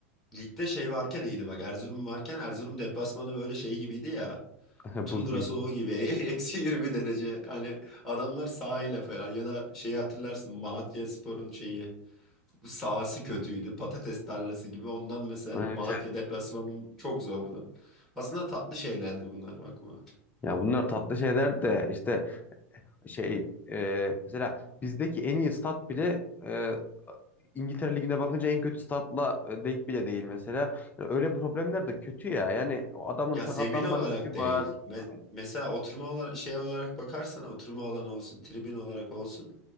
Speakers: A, in the centre; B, on the left (about 20°).
A: Ligde şey varken iyiydi bak Erzurum varken Erzurum deplasmanı böyle şey gibiydi ya.
B: <laughs>
A: tundra
B: Buz gibi.
A: soğuğu gibi <laughs> eksi 20 derece hani adamlar sahile falan ya da şeyi hatırlarsın Malatyaspor'un şeyi sahası kötüydü patates tarlası gibi ondan mesela
B: Evet.
A: Malatya
B: evet.
A: deplasmanı çok zordu. Aslında tatlı şeylerdi bunlar bakma.
B: Ya bunlar tatlı şeyler de işte şey e, mesela bizdeki en iyi stat bile e, İngiltere Ligi'ne bakınca en kötü statla e, denk bile değil mesela. Yani öyle problemler de kötü ya. Yani o adamın
A: Ya
B: sakatlanma
A: zemin olarak
B: riski
A: değil.
B: var.
A: Me-
B: Aynen.
A: mesela oturma olarak şey olarak bakarsan oturma alanı olsun, tribün olarak olsun.